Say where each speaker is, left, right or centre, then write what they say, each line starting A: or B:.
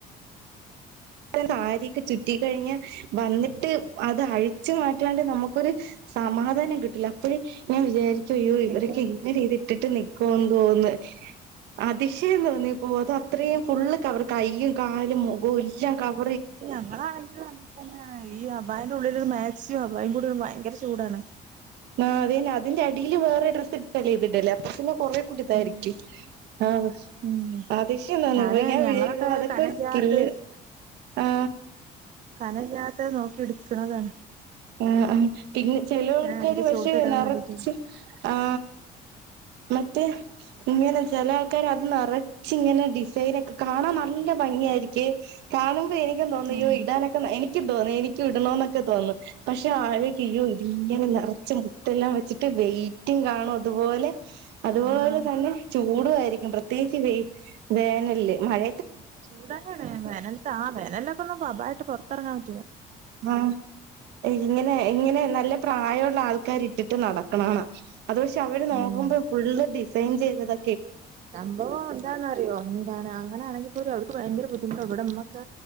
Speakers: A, on the right; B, on the right.
A: സാരിയൊക്കെ ചുറ്റ കഴിഞ്ഞ വന്നിട്ട് അത് അഴിച്ചു മാറ്റാണ്ട് നമുക്കൊരു സമാധാനം കിട്ടില്ല അപ്പോഴ ഞാൻ വിചാരിക്ക ചെയ്യോ
B: ശരിയാണ്
A: ഇവരൊക്കെങ്ങെ ചെയ്തിട്ടില്ല കോൻ കോന്ന് അ ദിശ എന്ന് പറഞ്ഞപ്പോ അത് അത്രയും ഫുള് കവർ കയ്യ കാ <unintelligible>
B: ഞങ്ങളാണെങ്കിൽ ന തന്നെ ഈ അബായ ഉള്ളിൽ മ മാക്സ് ഭയ കൂടി ഭയങ്കര ചൂടാണ്
A: ആ അതന്നെ അതിന്റെ അടിയില് വേറെ ഡ്രസ്ല്ല ചെയ്തിണ്ടല്ലേ അപ്പ പിെ കുറ കൂട്ടിതായിരിക്ക
B: ഉം
A: ആഹ
B: ഉം
A: ആതിശംന്തന്ന
B: ഞാന്
A: ഇപ്പൊ ഞാൻ
B: ഞങ്ങളൊക്കെ
A: വിചാരിക്കുമ്പോ അതൊക്കെ
B: കനല്ലാത്തത്
A: ഒരു സ്കില് ആ
B: കനല്ലാത്ത നോക്കി ഇടുക്കണതാണ്
A: ആ ആ പിന്നെ ചെല ആൾക്കാാര്
B: അതിന്റെ
A: പക്ഷേ
B: ചോട്ടിടാൻ
A: നിറച്ച്
B: വേണ്ടീട്ടേ
A: ആ മറ്റേ ഇങ്ങനെ ചില ആൾക്കാര് അത് നിറച്ച് ഇങ്ങനെ ഡിസൈനൊക്കെ കാണാൻ നല്ല ഭംഗിയായിരിക്കേ കാണുമ്പോ എനിക്ക് തോന്നിയോ
B: ആഹ്
A: ഇടാനൊക്കെ എനിക്ക് നിക്കു തോന്നും എനിക്കും ഇടണോന്നൊക്കെ തോന്നും പക്ഷെ ആരെ കെയോതി ഇങ്ങനെ നിറച്ച് മുത്തെല്ലാം വെച്ചിട്ട് വെയിറ്റും കാണു അതുപോലെ അതുപോലെ
B: ആഹ്
A: തന്നെ ചൂടു ആരി പ്രത്യേകിച്ച് വെ വേനൽല് മഴ
B: ചൂടങ്ങാണ് വേനല്ത്ത് ആ വേനലൊക്കൊന്നും പതായിട്ട് പുറത്തിറങ്ങാൻ പറ്റൂല്ല
A: ആ ഇങ്ങനെ-ഇങ്ങനെ നല്ല പ്രായുള്ള ആൾക്കാര് ഇട്ടിട്ട് നടക്കണാണ അത് പക്ഷെ അവര് നോക്കുമ്പേ
B: ഉം
A: ഫുള്ള് ഡി ചെയ്ഞ്ചെയ്തത്
B: സംഭവം എന്താന്നറിയോ എന്താണ് അങ്ങനെയാണെങ്കി പോരും <unintelligible> ഭയങ്കര ബുദ്ധിമുട്ടാ ഇവിടെ മ്മക്ക്